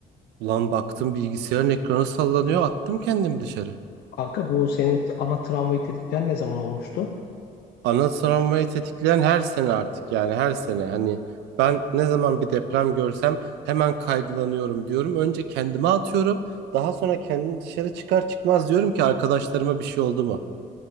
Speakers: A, on the right (about 85°); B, on the left (about 70°).
A: Ulan baktım bilgisayarın ekranı sallanıyor. Attım kendimi dışarı.
B: Kanka bu senin ana travmayı tetikleyen ne zaman olmuştu?
A: Ana travmayı tetikleyen her sene artık yani her sene hani ben ne zaman bir deprem görsem hemen kaygılanıyorum diyorum. Önce kendime atıyorum. Daha sonra kendim dışarı çıkar çıkmaz diyorum ki arkadaşlarıma bir şey oldu mu?